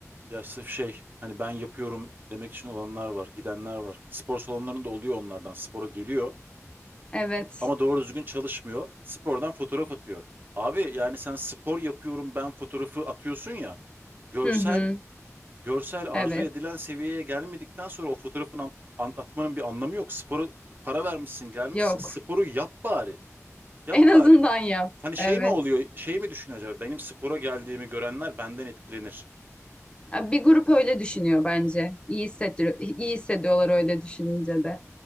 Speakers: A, on the right (about 40°); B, on the left (about 20°).
A: Ya sırf şey hani ben yapıyorum demek için olanlar var, gidenler var. Spor salonlarında oluyor onlardan. Spora geliyor
B: Evet.
A: ama doğru düzgün çalışmıyor. Spordan fotoğraf atıyor. Abi yani sen spor yapıyorum ben fotoğrafı atıyorsun ya. Görsel
B: Hı hı.
A: görsel arzu
B: Evet.
A: edilen seviyeye gelmedikten sonra o fotoğrafın an- anlatmanın bir anlamı yok. Sporu para vermişsin, gelmişsin.
B: Yok.
A: Sporu yap bari. Yap
B: En azından
A: bari.
B: yap.
A: Hani şey
B: Evet.
A: mi oluyor? Şey mi düşünüyor acaba? Benim spora geldiğimi görenler benden etkilenir.
B: Bir grup öyle düşünüyor bence. İyi hissediyor, iyi hissediyorlar öyle düşününce de.